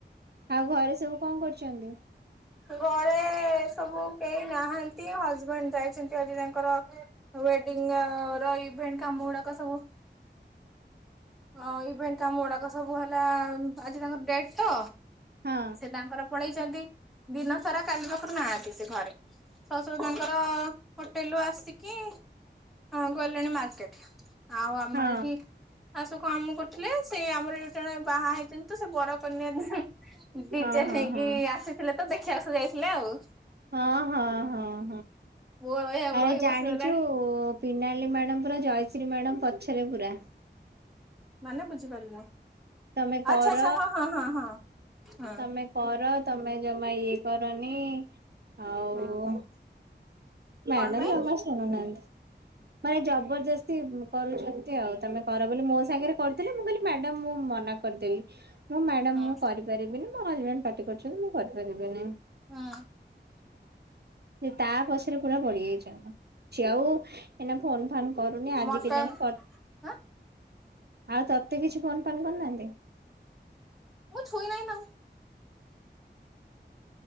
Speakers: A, on the right; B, in the centre.
A: ଆଉ ଘରେ ସବୁ କଣ କରୁଛନ୍ତି?
B: ଘରେ ସବୁ କେହି ନାହାନ୍ତି ହଜବେଣ୍ଡ ଯାଇଛନ୍ତି ଆଜି ତାଙ୍କର ୱେଡିଙ୍ଗର ର ଇଭେଣ୍ଟ କାମ ଗୁଡାକ ସବୁ ହଁ ଇଭେଣ୍ଟ କାମ ଗୁଡାକ ସବୁ ହେଲା ଆଜି ତାଙ୍କର ଡେଟ୍ ତ
A: ହଁ
B: ସେ ତାଙ୍କର ପଳେଇଛନ୍ତି ଦିନ ସାରା କାଲି ପାଖରୁ ନାହାନ୍ତି ସେ ଘରେ। ଶଶୁର ତାଙ୍କର ହୋଟେଲରୁ ଆସିକି ଆଁ ଗଲେଣି ମାର୍କେଟ ଆଉ ଆମର
A: ହଁ
B: ଏଠି ଆଉ ସବୁ କାମ କରୁଥିଲେ ସେ ଆମର ଯୋଉ ଜଣେ ବାହା ହେଇଛନ୍ତି ତ ସେ ବରକନ୍ୟା ଡିଜେ
A: ହଁ ହଁ
B: ନେଇକି
A: ହଁ ହଁ।
B: ଆସିଥିଲେ ତ ଦେଖିବାକୁ ଯାଇଥିଲେ ଆଉ।
A: ହଁ ହଁ ହଁ ହଁ
B: ପୁଅ ରହିବାକୁ
A: ଆରେ
B: ରହି
A: ଜାଣିଛୁ
B: ବସିଗଲାଣି।
A: ପିନାଲି ମ୍ୟାଡ଼ମ ପୁରା ଜୟଶ୍ରୀ ମ୍ୟାଡ଼ମ୍ ପଛରେ ପୁରା।
B: ମାନେ ବୁଝିପାରିଲନି
A: ତମେ କର
B: ଆଛା ଆଚ୍ଛା ହଁ ହଁ ହଁ ହଁ ହଁ।
A: ତମେ କର ତମେ ଜମା ଇଏ କରନି ଆଉ
B: ହଁ
A: ମ୍ୟାଡ଼ମ
B: କଣ ପାଇଁ
A: ଜମା ଶୁଣୁନାହାନ୍ତି ମାନେ ଜବରଦସ୍ତି କରୁଛନ୍ତି ଆଉ ତମେ କର ବୋଲି ମୋ ସାଙ୍ଗରେ କରିଥିଲେ ମୁଁ କହିଲି ମ୍ୟାଡାମ ମୁଁ ମନା କରିଦେଲି। ମୁଁ ମ୍ୟାଡ଼ାମ
B: ହୁଁ।
A: ମୁଁ କରିପାରିବିନି ମୋ ହଜବେଣ୍ଡ ପାଟି କରୁଛନ୍ତି ମୁଁ କରିପାରିବିନି।
B: ହୁଁ
A: ସେ ତା ପଛରେ ପୁରା ପଡିଯାଇଛନ୍ତି। ସିଏ ଆଉ ଏଇନା ଫୋନ୍ ଫାନ୍ କରୁନି ଆଜି
B: ମତେ
A: କେଜାଣି
B: ଆଁ
A: ଆଉ ତୋତେ କିଛି ଫୋନ ଫାନ୍ କରିନାହାନ୍ତି?
B: ମୁଁ ଛୁଇ ନାଇଁ ନା